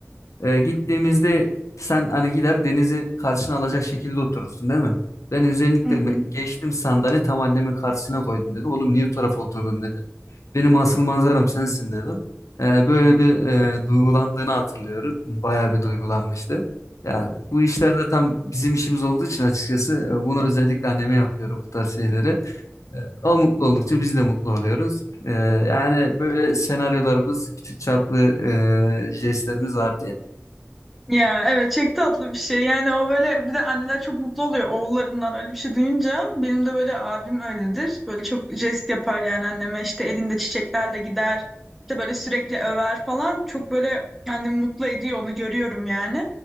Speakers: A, on the left; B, in the centre.
A: Ee, gittiğimizde sen hani gider denizi karşına alacak şekilde oturursun değil mi? Ben özellikle
B: Hı hı.
A: me- geçtim sandalye tam annemin karşısına koydum dedi. Oğlum niye o tarafa oturdun dedi. Benim asıl manzaram sensin dedim. Ee,
B: <laughs>
A: böyle
B: Ya.
A: bir e, duygulandığını hatırlıyorum. Bayağı bir duygulanmıştı. Ya bu işlerde tam bizim işimiz olduğu için açıkçası e, bunu özellikle anneme yapıyorum bu tarz şeyleri. E, O mutlu oldukça biz de mutlu oluyoruz. E, Yani böyle senaryolarımız, küçük çarplı e, jestlerimiz var diye.
B: Ya evet çok tatlı bir şey. Yani o böyle bir de anneler çok mutlu oluyor oğullarından öyle bir şey duyunca. Benim de böyle abim öyledir. Böyle çok jest yapar yani anneme işte elinde çiçeklerle gider. İşte böyle sürekli över falan. Çok böyle yani mutlu ediyor onu görüyorum yani.